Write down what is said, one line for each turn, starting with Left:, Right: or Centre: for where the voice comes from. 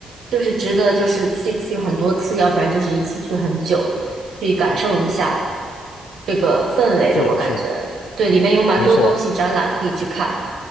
Right: 就是值得就是去去很多次，要不然就是一次去很久，去感受一下这个氛围的。
Left: 是是。
Right: 我感觉对，里面有蛮多东西展览可以去看。
Left: 没错，